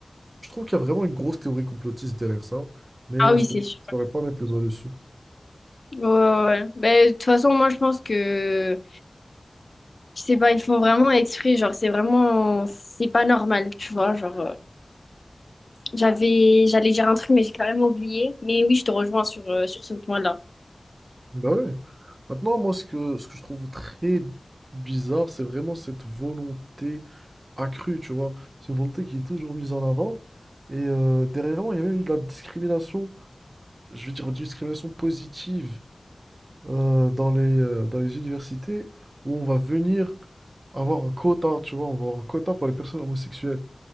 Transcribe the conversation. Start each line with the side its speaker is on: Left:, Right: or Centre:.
Right: je trouve qu'il y a vraiment une grosse théorie complotiste derrière ça, mais
Left: Ah oui,
Right: je
Left: c'est
Right: ne
Left: sûr.
Right: saurais pas mettre les doigts dessus.
Left: Ouais, ouais. ouais. Ben, de toute façon, moi, je pense que, je sais pas, ils font vraiment exprès, genre, c'est vraiment, c'est pas normal, tu vois, genre. J'avais, j'allais dire un truc, mais j'ai carrément oublié. Mais oui, je te rejoins sur, euh, sur ce point-là.
Right: Bah ouais. Maintenant, moi, ce que, ce que je trouve très bizarre, c'est vraiment cette volonté accrue, tu vois. C'est une volonté qui est toujours mise en avant. Et euh, derrière moi, il y a même eu de la discrimination, je veux dire, une discrimination positive euh, dans les, euh, dans les universités où on va venir avoir un quota, tu vois, on va avoir un quota pour les personnes homosexuelles.